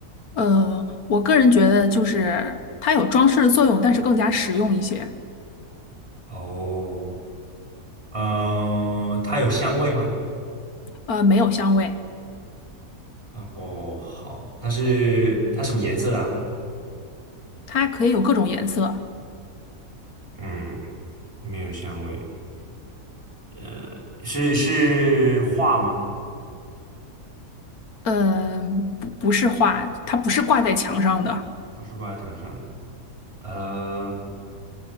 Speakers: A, on the left; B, on the right.
A: 呃，我个人觉得就是它有装饰的作用，但是更加实用一些，
B: 哦，呃，它有香味吗？
A: 呃，没有香味，
B: 然后好，它是它什么颜色的啊
A: 它可以有各种颜色，
B: 嗯，没有香味，呃，是是画吗？
A: 嗯，不不是画，它不是挂在墙上的，
B: 不是挂在墙上的，呃，